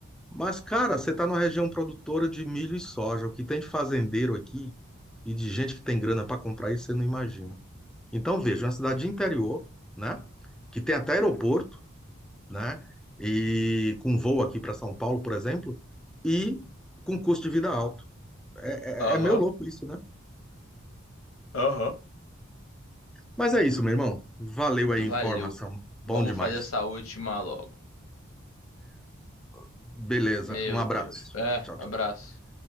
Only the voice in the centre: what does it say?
mas cara, você tá numa região produtora de milho e soja. O que tem de fazendeiro aqui e de gente que tem grana para comprar isso, você não imagina. Então veja, uma cidade de interior, né? Que tem até aeroporto, né? E com voo aqui para São Paulo, por exemplo, e com custo de vida alto. É,
é, é meio louco isso, né?
Mas é isso, meu irmão. Valeu aí
a informação. Bom
demais.
Beleza,
um abraço.
Tchau,
tchau.